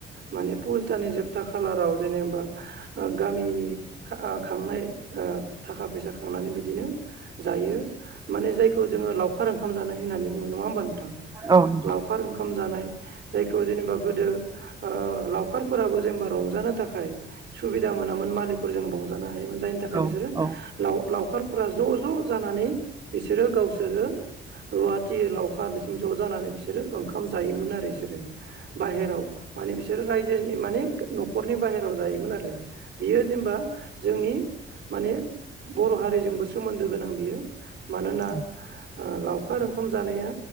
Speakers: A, on the right (about 60°); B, on the right (about 20°).
A: माने पुस दानानि जोबथा खालाराव जेनेबा गामिनि खांनाय थाखा फैसा खांनानै बिदिनो जायो माने जायखौ जोङो लाव लाउखार ओंख जानाय होननानै बुङो नङा होमबा नोंथां
B: औ नोंथां
A: लाउखार ओंखाम जानाय जायखौ जेनेबा गोदो ओ लावखारफोराबो जेनेबा रंजानो थाखाय सुबिदा मोनामोन मालिकफोरजों रंजानो हायोमोन जायनि थाखाय
B: औ
A: बिसोरो
B: औ
A: लाव लावखार फोरा ज' ज' जानानै बिसोरो गावसोरो रुवाथि लावखार बिसोर ज' जानानै बिसोरो ओंखाम जायोमोन आरो बिसोरो बाहेराव माने बिसोर रायजोनि माने न'खरनि बाहेराव जायोमोन आरो बियो जेनबा जोंनि माने बर' हारिजोंबो सोमोन्दो गोनां बियो मानोना
B: औ
A: लावखार ओंखाम जानाया